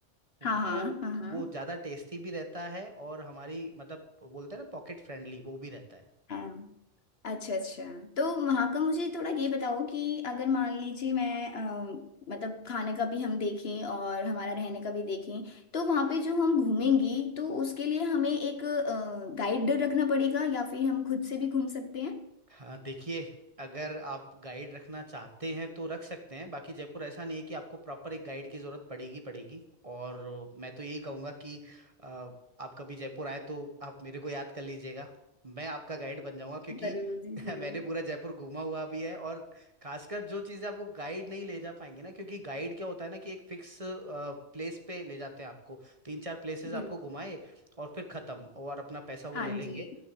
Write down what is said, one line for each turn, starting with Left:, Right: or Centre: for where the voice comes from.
Right: वो
Left: हाँ हाँ हाँ हाँ
Right: वो ज्यादा टेस्टी भी रहता है और हमारी मतलब बोलते हैं ना पॉकेट फ्रेंडली वो भी रहता है
Left: हाँ। अच्छा अच्छा तो वहाँ का मुझे थोड़ा ये बताओ कि अगर मान लीजिए मैं अ, मतलब खाने का भी हम देखें और हमारा रहने का भी देखें तो वहाँ पे जो हम घूमेंगी तो उसके लिए हमें एक गाइड रखना पड़ेगा या फिर हम खुद से भी घूम सकते हैं
Right: हाँ देखिए अगर आप गाइड रखना चाहते हैं तो रख सकते हैं बाकी जयपुर ऐसा नहीं है कि आपको प्रॉपर एक गाइड की ज़रूरत पड़ेगी पड़ेगी और मैं तो यही कहूँगा कि अ, आप कभी जयपुर आए तो आप मेरे को याद कर लीजिएगा मैं आपका गाइड बन जाऊँगा क्योंकि
Left: जरूर जी
Right: <laughs>
Left: जरूर
Right: मैंने पूरा जयपुर घूमा हुआ भी है और खासकर जो चीज़ें आपको गाइड नहीं ले जा पाएंगे ना क्योंकि गाइड क्या होता है ना कि एक फिक्स प्लेस पे ले जाते हैं आपको तीन चार प्लेसेस
Left: बिल्कुल
Right: आपको घुमाए और फिर ख़त्म और अपना पैसा वो
Left: हाँ
Right: ले लेंगे
Left: जी